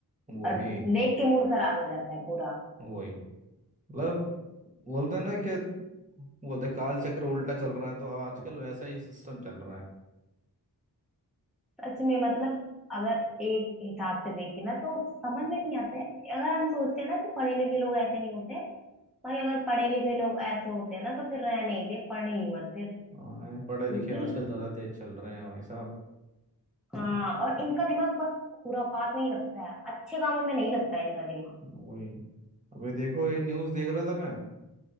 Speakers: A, on the right (about 20°); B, in the centre.
A: वही
B: और देख के मूड खराब हो जाता है पूरा
A: वही मतलब बोलते हैं ना कि बोलते हैं, काल चक्र उल्टा चल रहा है तो आजकल वैसा ही सिस्टम चल रहा है
B: सच में मतलब अगर एक हिसाब से देखे ना तो समझ में नहीं आता है अगर हम सोचते हैं ना कि पढ़े लिखे लोग ऐसे नहीं होते भाई अगर पढ़े लिखे लोग ऐसे होते हैं ना तो फिर रह नहीं दे पढ़ ही मत फिर
A: हाँ,
B: क्योंकि
A: पढ़े लिखे आजकल ज़्यादा तेज चल रहे हैं भाई साहब
B: हाँ और इनका दिमाग बस खुरापात में ही लगता है अच्छे कामों में नहीं लगता है इनका दिमाग
A: वही अभी देखो ये न्यूज़ देख रहा था मैं